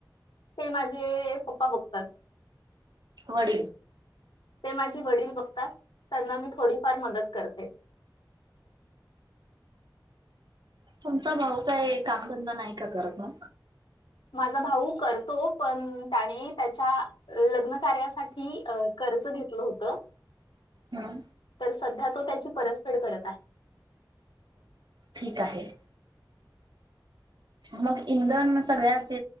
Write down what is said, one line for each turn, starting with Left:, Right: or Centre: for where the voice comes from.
Left: ਮੇ ਪਪਾ ਬਗਤ
Right: ਵੜ
Left: ਤੇ ਮਜੇ ਵੜਲ ਬਗਤ ਮੀ ਥੋੜੀ ਫਾਰ ਮਦਦ ਕਰ ਕਰਕੇ
Right: ਤੁਮ ਚ ਭਊ ਕਈ ਕੰਮ ਧੰਦਾਾ ਨਹੀਂ ਕ ਕਰਤ ਮ
Left: ਮਾ ਭਊ ਕਰ ਤੋਂੋ ਪ ਤ ਨੇ ਲਗਨ ਕਾਰਿਆ ਸਾ ਅ ਕਰਜ਼ ਘਤਲ ਹੋਤ
Right: ਹਮ
Left: ਸਧਾ ਤ ਪਰਸਫੜ ਕਰ ਹੈ
Right: ਠੀਕ ਹੈ ਮਗ ਇੰਧਨ ਸਗ ਜ